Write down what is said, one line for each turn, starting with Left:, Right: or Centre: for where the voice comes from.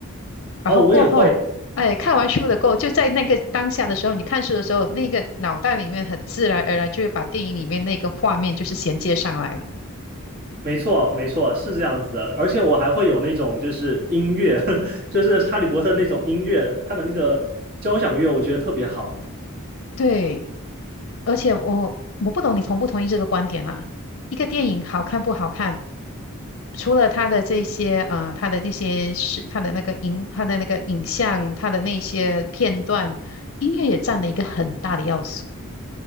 Left: 然后过后，
Right: 哦，我也会，
Left: 哎，看完书的过后，就在那个当下的时候，你看书的时候，那个脑袋里面很自然而然就会把电影里面那个画面就是衔接上来了。
Right: 没错，没错，是这样子的，而且我还会有那种就是音乐，<laughs> 就是哈利波特那种音乐，它的那个交响乐，我觉得特别好。
Left: 对，而且我我不懂你同不同意这个观点啦。一个电影好看不好看，除了它的这些呃，它的那些是它的那个影，它的那个影像，它的那些片段，音乐也占了一个很大的要素。